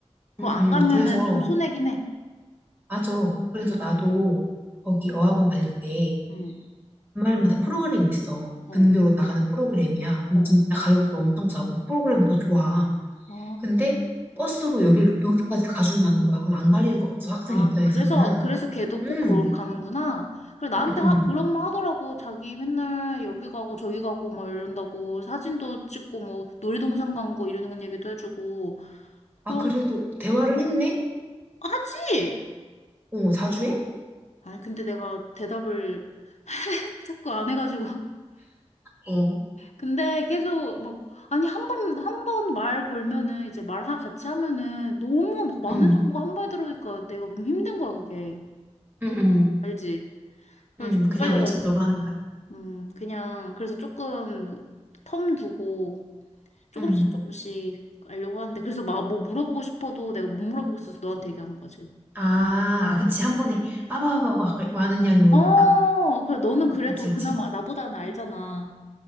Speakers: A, on the left (about 75°); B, on the right (about 15°).
A: 그거
B: 응,
A: 안
B: 응.
A: 가면은
B: 그래서,
A: 좀 손해긴 해.
B: 맞아. 그래서
A: 응,
B: 나도 거기 어학원 다닐 때
A: 응,
B: 주말마다 프로그램이 있어.
A: 어,
B: 근교로 나가는 프로그램이야. 근데
A: 어.
B: 진짜 가격도 엄청 싸고 프로그램도 좋아.
A: 아,
B: 근데 버스로 여기, 여기까지 가준다는 거야. 그럼 안 갈 이유가 없어. 학생
A: 아,
B: 입장에서는.
A: 그래서, 그래서 걔도
B: 응,
A: 꼭 그걸 가는구나. 그래, 나한테
B: 응, 응.
A: 하, 그런 말 하더라고. 자기 맨날 여기 가고 저기 가고 막 이런다고. 사진도 찍고 뭐 놀이동산 간 거 이런 얘기도 해주고.
B: 아,
A: 그러,
B: 그래도 대화를 했네?
A: 하지!
B: 어, 자주 해?
A: 아니, 근데 내가 대답을 <laughs> 자꾸 안 해가지고.
B: 어,
A: 근데 계속 막 아니 한 번 한 번 말 걸면은 이제 말 하- 같이 하면은 너무 막 많은
B: 응,
A: 정보가 한 번에 들어오니까 내가 너무 힘든 거야 그게
B: 응, 응.
A: 알지? 그래가지고
B: 음, 그냥
A: 빨려가지고
B: 메신저로 하는 거야?
A: 음 그냥 그래서 조금 텀 두고 조금씩
B: 음.
A: 조금씩 알려고 하는데 그래서 막 뭐 물어보고 싶어도 내가 못 물어보고 있어서 너한테 얘기하는 거야 지금.
B: 아, 아, 그치. 한 번에 빠바바바 많은 양이 오니까.
A: 어 그래 너는 그래도
B: 그치,
A: 그나마
B: 그치.
A: 나보다는 알잖아.